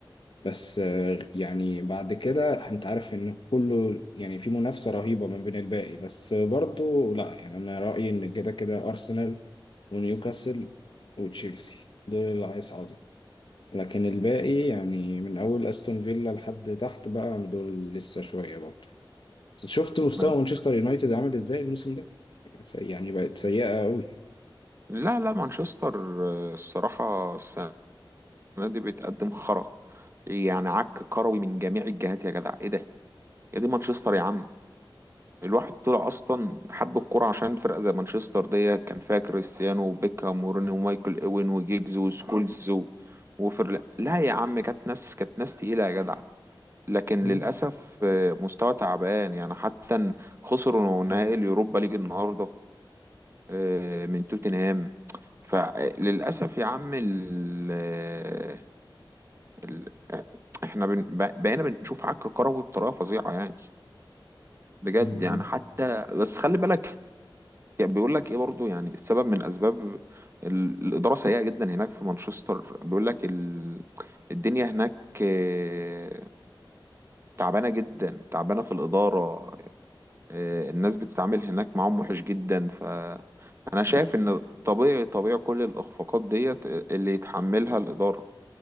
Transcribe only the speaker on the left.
بس آه، يعني بعد كده أنت عارف إن كله يعني في منافسة رهيبة ما بين الباقي بس برضو لا يعني أنا رأيي إن كده كده أرسنال ونيوكاسل وتشيلسي دول اللي هيصعدوا لكن الباقي يعني من أول أستون فيلا لحد تحت بقى دول لسه شوية برضه شفت مستوى
مانشستر يونايتد عامل إزاي الموسم ده يعني بقت سيئة أوي
مم.
مم.